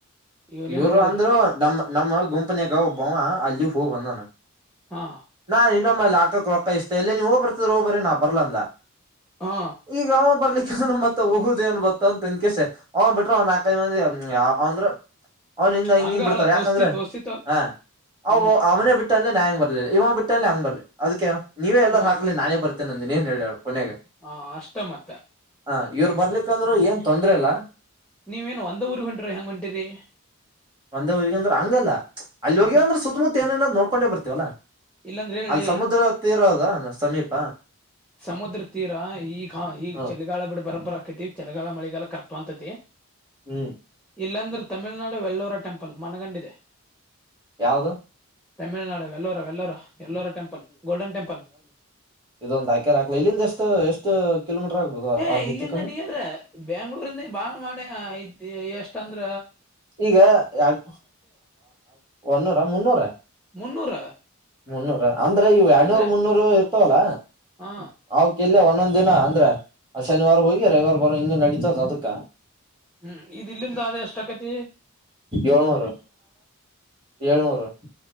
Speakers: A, on the right; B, in the centre.
A: -
B: ಇವ್ ನಿಮ್
A: ಇವರು
B: ಹುಡುಗರು
A: ಅಂದ್ರು ನಮ್ಮ ನಮ್ಮ ಗುಂಪನ್ಯಾಗ ಒಬ್ಬವ ಅಲ್ಲಿ ಹೋಗ ಬಂದಾನ.
B: ಹಾ
A: ನಾ ಇನ್ನೊಮ್ಮೆ ಅಲ್ಲಿ ಹಾಕು ಗೊತ್ತಆಯ್ತಿ ನೀವ ಹೋಗಿ ಬರ್ತಿದ್ರ ಹೋಗಿ ಬರ್ರಿ ನಾ ಬರಲ್ಲ ಅಂದ
B: ಹಾ
A: ಈಗ ಅವ ಬರ್ಲಿಕ್ಕ ಮತ್ತತ್ ಹೋಗುದೇನ್ ಬತ್ತ ಅಂದಕೇಶಿ ಅವನ್ ಬಿಟ್ರ ಒಂದ ನಾಕೈದು ಮಂದಿ ಅವಂದ್ರ ಅವನ ಹಿಂದ ಹಿಂಗ
B: ಹಂಗ
A: ಹಿಂಗ್ ಬಿಡ್ತಾರೆ
B: ಅಳ ದೋಸ್ತಿ
A: ಯಾಕಂದ್ರೆ
B: ದೋಸ್ತಿ ತ
A: ಹ ಅವು
B: ಹ್ಮ್
A: ಅವನ ಬಿಟ್ಟ ಬಿಟ್ಟ ಅಲ್ಲಿ ನಾ ಹೆಂಗ ಬರ್ಲಿಲ್ಲ ಇವ ಬಿಟ್ಟಲ್ಲಿ ಹೆಂಗ ಬರ್ಲಿ ಅದಕ್ಕೆ ನೀವೇ ಎಲ್ಲರೂ
B: ಹ
A: ಹಾಕ್ಲಿ ನಾನೇ ಬರ್ತೇನೆ ಅಂದಿನಿ ಏನ್ ಹೇಳಿ ಕೊನೆಗ
B: ಹ ಅಷ್ಟ ಮತ್ತ
A: - ಹ ಇವ್ರ ಬರ್ಲಿಕ್ಕಂದ್ರು ಏನ್ ತೊಂದರೆ ಇಲ್ಲ.
B: ನೀವ ಎನು ಒಂದ ಊರಿಗ ಹೊಂಟಿರಿ ಏನ್ ಹೆಂಗ ಹೊಂಟಿರಿ
A: ಒಂದೇ ಊರಿಗೆ ಅಂದ್ರೆ ಹಂಗಲ್ಲಾ ಅಲ್ಲಿ ಹೋಗ್ಯವಂದ್ರ
B: ಹ ಹಾ
A: ಸುತ್ತಮುತ್ತ ಎನ್ಎನ್ ನೋಡ್ಕೊಂಡೆ ಬರ್ತೀವಲ್ಲಾ.
B: ಇಲ್ಲಂದ್ರ ಹೇಳಿ
A: ಅಲ್ಲಿ ಸಮುದ್ರ ತೀರ ಅದ ಸಮೀಪ
B: ಸಮುದ್ರ ತೀರ ಈಗ ಈಗ
A: ಹ
B: ಚಳಿಗಾಲ ಬಿಡ್ ಬರೊಬ್ಬರ ಆಕೆತ್ತಿ. ಚಳಿಗಾಲ ಮಳಿಗಾಲ ಕರೆಕ್ಟ್ ಹೊಂದತೇತಿ.
A: ಹ್ಮ್
B: ಇಲ್ಲಾಂದ್ರ ತಮಿಳ್ನಾಡು ವೆಳ್ಳೂರ ಟೆಂಪಲ್ ಮನಗಂಡ ಇದೆ.
A: ಯಾವದು
B: ತಮಿಳ್ನಾಡು ವೆಲ್ಲೋರ ವಲ್ಲೋರ ಎಲ್ಲೋರ ಟೆಂಪಲ್ ಗೋಲ್ಡನ್ ಟೆಂಪಲ್
A: ಇದೊಂದ ಹಾಕರ್ ಹಾಕ್ಲ ಇಲ್ಲಿಂದ ಎಷ್ಟು ಎಷ್ಟು. ಕಿಲೋಮೀಟರ್ ಆಗ್ಬೋದು
B: ಏ
A: ಹೆಚ್ಚು
B: ಇಲ್ಲಿಂದ
A: ಕಮ್ಮಿ
B: ನಿಯರ್ ಬೆಂಗಳೂರು ಇಂದ ಬಾಳ್ ಮಾಡೇ ಐತಿ ಎಷ್ಟ ಅಂದ್ರ
A: ಈಗ ಯಾಡ್ ಒನ್ನೂರ ಮುನ್ನೂರ
B: ಮುನ್ನೂರ
A: ಮುನ್ನೂರ ಅಂದ್ರ ಇವು ಎರಡ್ನೂರ್
B: ಅಂದ್ರ
A: ಮುನ್ನೂರು ಇರ್ತಾವಲ್ಲ
B: ಹ
A: ಅವಕ್ಕ ಇಲ್ಲೆ ಒಂದೊಂದ್ ದಿನ ಅಂದ್ರೆ ಶನಿವಾರ ಹೋಗಿ ರವಿವಾರ ಬರೋ ಹಿಂಗ ನಡೀತದ ಅದಕ್ಕ.
B: ಹ್ಮ್ ಇದ್ ಇಲ್ಲಿಂದ ಆದ ಎಷ್ಟ ಅಕೇತಿ.
A: ಏಳ್ನೂರು ಏಳ್ನೂರು.